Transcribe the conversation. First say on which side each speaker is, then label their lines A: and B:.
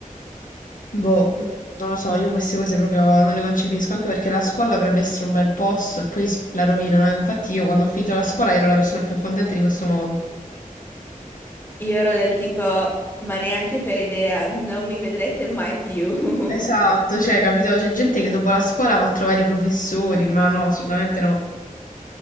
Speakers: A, on the left; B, on the left.
A: Boh, mm, non lo so, io queste cose proprio non le concepisco, anche perché la scuola dovrebbe essere un bel posto e poi s- la rovinano. eh. Infatti io quando ho finito la scuola ero la persona più contenta di questo mondo.
B: Io ero del tipo, ma neanche per idea, non mi vedrete mai più. <laughs>
A: Esatto, cioè, capito? C'è gente che dopo la scuola va a trovare i professori, ma no, assolutamente no.